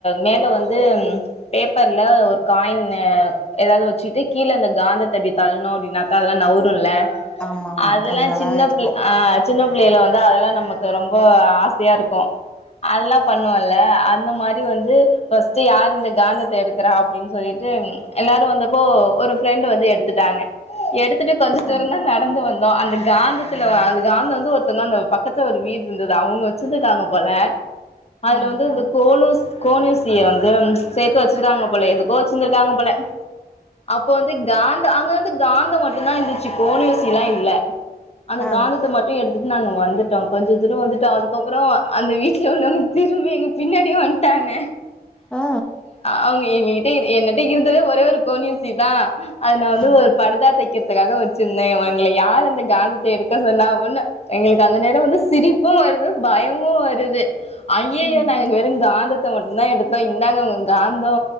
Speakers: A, on the left (about 40°); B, in the centre.
A: மேல வந்து பேப்பர்ல ஒரு காயின் எதாவது வெச்சுட்டு கீழ அந்த காந்தத்த இப்டி தள்னோ அப்டின்னா அதெல்லா நவுருல்ல
B: ஆமா ஆமா
A: அதெல்லா
B: அது நல்லாவே
A: சின்ன
B: இருக்கு
A: பிள் அ சின்ன பிள்ளேல வந்து அதெல்லா நமக்கு ரொம்ப ஆசையா இருக்கு அதெல்லா பண்ணுவல்ல அந்த மாரி வந்து ஃபஸ்ட் யார் இந்த காந்தத்த எடுக்கிறா அப்டின்னு சொல்லிட்டு எல்லாரு வந்தப்போ ஒரு ஃப்ரெண்டு் வந்து எடுத்துட்டாங்க எடுத்துட்டு கொஞ்ச தூரோந்தா
B: ஆ
A: நடந்து வந் தோ அந்த காந்தத்துல அது காந்த வந்து ஒருத்தவங்க அந்த பக்கத்துல ஒரு வீடு இருந்தது அவுங்க வச்சிருந்திக்காங்க போல அதுல
B: ஆ
A: வந்து இந்த கோனுஸ் கோனூசிய வந்து சேத்து வெச்சிருக்காங்க போல எதுக்கோ வெச்சிருந்திருக்காங்க போல அப்போ வந்து காந்த அங்க வந்து காந்தம் மட்டுந்தா இருந்துச்சு கோனுசில்லா இல்ல அந்த
B: ஆ
A: காந்தத்த மட்டு எடுத்துட்டு நாங்க வந்துட்டோ கொஞ்ச தூரோ வந்துட்டோ அதுக்கப்புறோ அந்த வீட்ல உள்ளவங்க திரும்பி எங்க பின்னாடியே வந்ட்டாங்க
B: ஆ
A: அவுங்க எங்ககிட்ட என்னிட்ட இருந்ததே ஒரே ஒரு கோன்யூசி தா அது நா வந்து
B: ஆ
A: ஒரு பர்தா தைக்கிறதுக்காக வெச்சிருந்தே இவங்கள யாரு அந்த காந்தத்த எடுக்க சொன்னா அப்பின்னு எங்களுக்கு அந்த நேர வந்து சிரிப்பு வருது பயமு வருது ஐயயோ
B: ம்
A: நாங்க வெறு காந்தத்த மட்டுந்தா எடுத்தோ இந்தாங்க உங்க காந்தோ